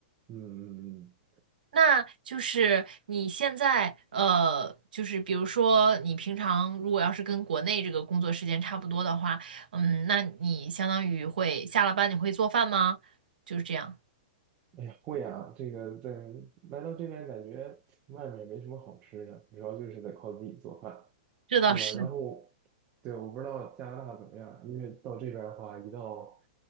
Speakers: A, on the right; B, on the right.
A: 嗯嗯嗯，
B: 那就是你现在呃，就是比如说你平常如果要是跟国内这个工作时间差不多的话，嗯，那你相当于会下了班你会做饭吗？就是这样。
A: 嗯哎呀，会啊，这个在来到这边感觉外面没什么好吃的，主要就是得靠自己做饭，
B: 这倒是。
A: 对吧？然后对，我不知道加拿大怎么样，因为到这边的话，一到